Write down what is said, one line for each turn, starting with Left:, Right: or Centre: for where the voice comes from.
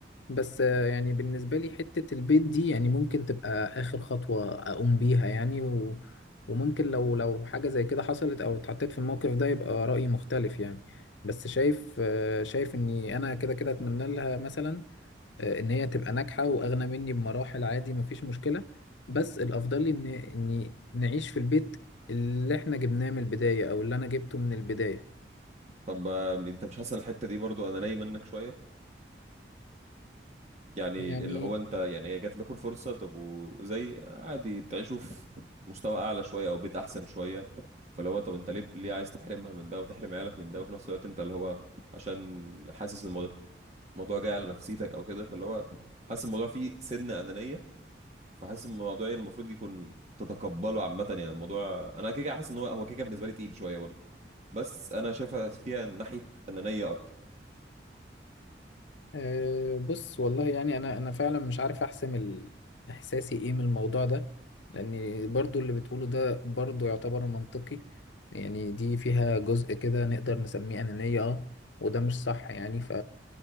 Left: بس آه، يعني بالنسبة لي حتة البيت دي يعني ممكن تبقى آخر خطوة أقوم بيها يعني و... وممكن لو لو حاجة زي كده حصلت أو اتحطيت في الموقف ده يبقى رأيي مختلف يعني بس شايف آه، شايف إني أنا كده كده أتمنى لها مثلا آه، إن هي تبقى ناجحة وأغنى مني بمراحل عادي مفيش مشكلة بس الأفضل لي إن إني نعيش في البيت اللي إحنا جبناه من البداية أو اللي أنا جبته من البداية
Right: طب آه، انت مش حاسس إن الحتة دي برضو انا نايم منك شوية يعني
Left: يعني
Right: اللي هو انت يعني هي جات لكم الفرصه طب وزي عادي تعيشوا في مستوى اعلى شويه او بيت احسن شويه فاللي هو طب انت ليه ليه عايز تحرمها من ده وتحرم عيالك من ده وفي نفس الوقت انت اللي هو عشان حاسس الموضوع الموضوع جاي على نفسيتك او كده فاللي هو حاسس الموضوع فيه سن انانيه فحاسس الموضوع يعني المفروض يكون تتقبله عامه يعني الموضوع انا كده كده حاسس ان هو هو كده كده بالنسبه لي تقيل شويه برضه بس انا شايفها فيها ناحيه انانيه اكتر
Left: أه بص والله يعني انا انا فعلا مش عارف احسم ال- احساسي ايه من الموضوع ده لان برضو اللي بتقوله ده برضو يعتبر منطقي يعني دي فيها جزء كده نقدر نسميه انانية اه وده مش صح يعني ف